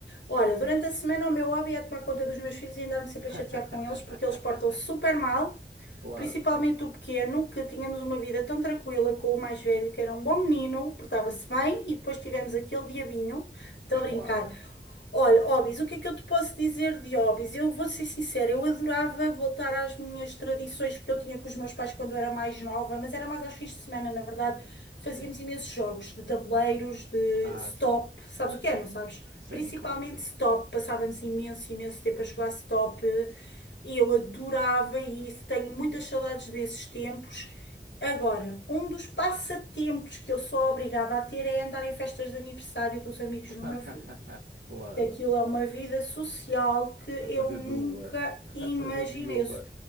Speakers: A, on the left; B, on the right.
A: Olha, durante a semana o meu hobby é tomar conta dos meus filhos e andar-me sempre
B: <laughs>
A: a chatear com eles porque eles portam-se super mal.
B: Claro,
A: Principalmente o pequeno, que tínhamos uma vida tão tranquila com o mais velho, que era um bom menino, portava-se bem, e depois tivemos aquele diabinho. Estou
B: <laughs>
A: a
B: claro.
A: brincar. Olha, Hobbies, o que é que eu te posso dizer de Hobbies? Eu vou ser sincera, eu adorava voltar às minhas tradições que eu tinha com os meus pais quando eu era mais nova, mas era mais aos fins de semana, na verdade.
B: Sim.
A: Fazíamos imensos jogos de tabuleiros, de
B: Ah,
A: stop.
B: sim.
A: Sabes o que é, não sabes?
B: Sim,
A: Principalmente
B: claro que sim.
A: stop. Passávamos imenso, imenso tempo a jogar stop. E eu adorava isso, tenho muitas saudades desses tempos. Agora, um dos passatempos que eu sou obrigada a ter é andar em festas de aniversário dos amigos
B: <laughs>
A: do meu filho.
B: Claro.
A: Aquilo é uma vida social que eu
B: A fazer
A: nunca
B: de Uber. <laughs> A
A: imaginei.
B: fazer de Uber.
A: Eu s-